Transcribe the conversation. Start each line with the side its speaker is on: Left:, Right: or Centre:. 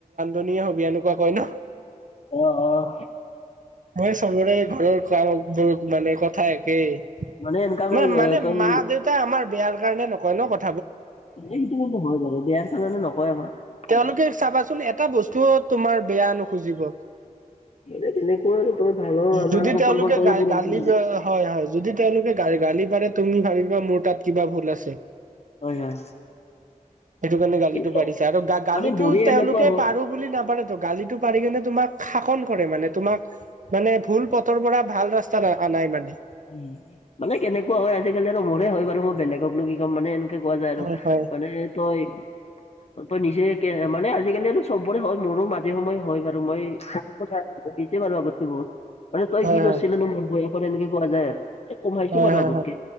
Right: ধনীয়ে হ'বি এনেকুৱা কয় ন'?
Left: অ' অ'!
Right: মই চবৰে, ঘৰৰ কামবোৰ মানে, কথা একে। নহয়
Left: মানে এনেকা কৈ
Right: মানে,
Left: তই
Right: মা-দেউতা আমাৰ বেয়াৰ কাৰণে, নকয় ন' কথা।
Left: এইটো হয় বাৰু! বেয়াৰ কাৰণে নকয়, আমাক।
Right: তেওঁলোকে চাবাচোন, এটা বস্তু তোমাৰ, বেয়া নুখুজিব।
Left: <unintelligible>
Right: যদি তেওঁলোকে গা গালি হয় হয় যদি তেওঁলোকে, গা গালি পাৰে, তুমি ভাবিবা! মোৰ তাত কিবা ভুল আছে।
Left: হয়, হয়।
Right: সেইটো কাৰণে, গালিটো
Left: কিন্তু
Right: পাৰিছে আৰু। গালিটো
Left: মানে মোৰে
Right: তেওঁলোকে,
Left: এনেকুৱা হ
Right: পাৰোঁ বুলি নাপাৰেতো? গালিটো পাৰি কেনে, তোমাক শাসন কৰে মানে, তোমাক। মানে, ভুল পথৰ পৰা, ভাল ৰাস্তাত অনাই মানে।
Left: উম, মানে কেনেকুৱা হয়, আজিকালি আৰু মোৰে হয় বাৰু। মই বেলেগকনো কি কম! মানে, এনে কোৱা যাই আৰু।
Right: হয় হয়
Left: মানে, তই তই নিজে, একে মানে, আজিকালি আৰু চবৰে হয়। মোৰো মাজে সময়ে হয় বাৰু। মই <unintelligible> দিছে বাৰু আগতে বহুত। মানে, তই
Right: হয়
Left: কি
Right: হয়
Left: কৰিছিলি নো? এনেকে কোৱা যায় আৰু। এ কমাইছো
Right: হয়,
Left: বাৰু
Right: হয়।
Left: আগতকে